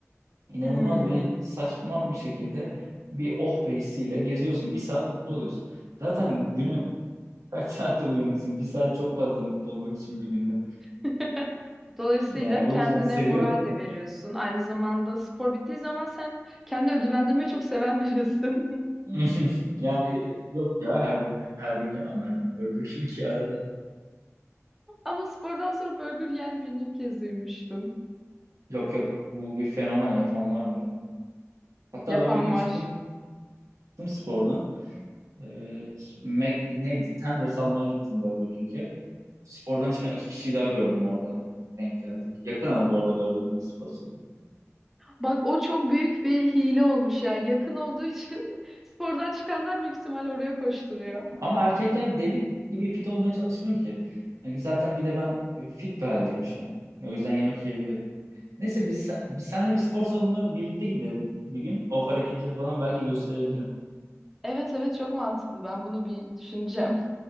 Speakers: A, on the right (about 85°); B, in the centre.
A: İnanılmaz
B: Hmm.
A: bir saçma bir şekilde bir oh be hissiyle geziyorsun. Bir saat mutlu oluyorsun. Zaten günün <laughs> kaç saatte uyanıksın? Bir saat çok fazla mutlu olmak için bir günde.
B: <laughs> Dolayısıyla
A: Yani o
B: kendine
A: yüzden seviyorum.
B: moral de veriyorsun. Aynı zamanda spor bittiği zaman sen kendini ödüllendirmeyi çok seven birisin.
A: <laughs> Yani yok ya her gün her gün yemem ben Burger King'i arada.
B: <laughs> Ama spordan sonra burger yiyen birini ilk kez duymuştum.
A: Yok yok bu bir fenomen yapan var bunu. Hatta
B: Yapan
A: ben bir gün
B: var.
A: çıktım, çıktım spordan. Ee, Mac, neydi? Tenders almaya gittim Burger King'e. Spordan çıkan iki kişiyi daha gördüm orada. Denk geldik. Yakın ama bu arada Burger King spor salonu.
B: Bak o çok büyük bir hile olmuş ya. Yakın olduğu için <laughs> spordan çıkanlar büyük ihtimalle oraya koşturuyor.
A: Ama erkekler deli gibi fit olmaya çalışmıyor ki. Yani zaten bir de ben e, fit bir haldeyim şu an. O yüzden yemek yiyebilirim. Neyse biz, biz seninle bir spor salonuna birlikte gidelim bir gün. O hareketleri falan belki gösterebilirim.
B: Evet evet çok mantıklı. Ben bunu bir düşüneceğim.